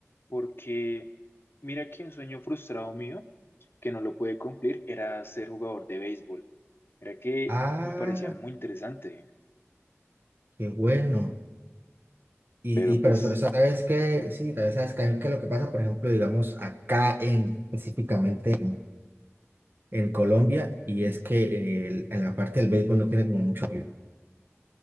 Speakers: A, on the left; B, on the right.
A: porque mira que un sueño frustrado mío, que no lo pude cumplir, era ser jugador de béisbol. Era que
B: ah,
A: me parecía muy interesante,
B: qué bueno. Y,
A: pero
B: y
A: pues
B: pero sobre eso, sabes que, sí, tal vez sabes que, que lo que pasa, por ejemplo, digamos, acá en, específicamente. en Colombia y es que el- en la parte del béisbol no tiene como mucho apoyo.